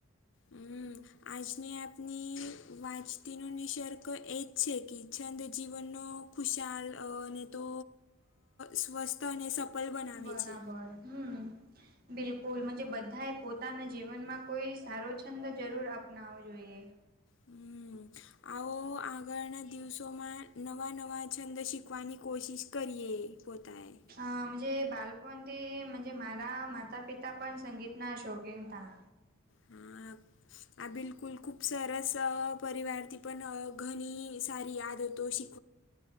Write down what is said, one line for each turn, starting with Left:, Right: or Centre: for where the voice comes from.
Left: હમ. આજની આપની વાંચતીનો નિસર્ગ એ જ છે કે છંદ જીવનનો ખુશાલ ને તો સ્વસ્થ અને સફલ બનાવે
Right: બરાબર
Left: છે.
Right: હમ. બિલકુલ મંજે બધાએ પોતાનાં જીવનમાં કોઈ સારો છંદ જરૂર અપનાવો જોઈએ.
Left: હમ્મ. આવો આગળના દિવસોમાં નવાં-નવાં છંદ શીખવાની કોશીશ કરીએ. પોતાએ
Right: અજ બાલપણથીજ મારા માતા પિતા પણ સંગીતના શોકીન હતા.
Left: હા આ બિલકુલ ખૂબ સરસ પરિવારથી પણ ઘણી સારી આદ હતો શ.